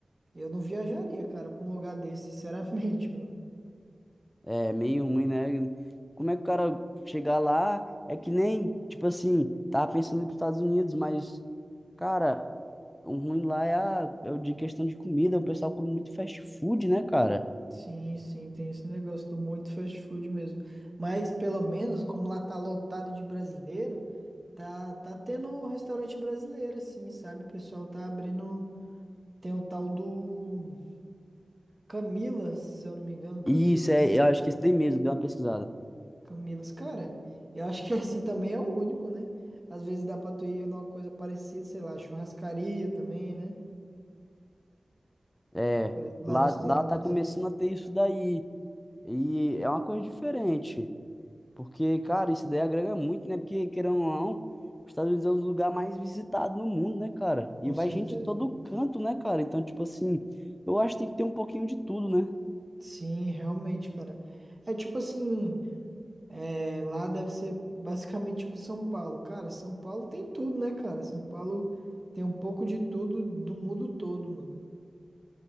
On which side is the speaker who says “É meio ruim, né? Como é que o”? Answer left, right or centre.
Left